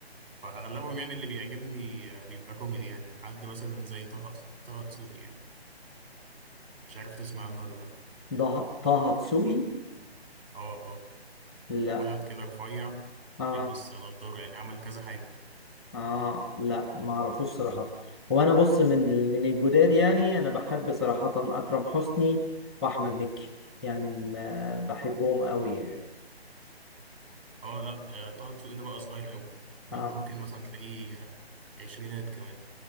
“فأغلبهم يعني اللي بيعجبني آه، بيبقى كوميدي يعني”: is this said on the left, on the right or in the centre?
Right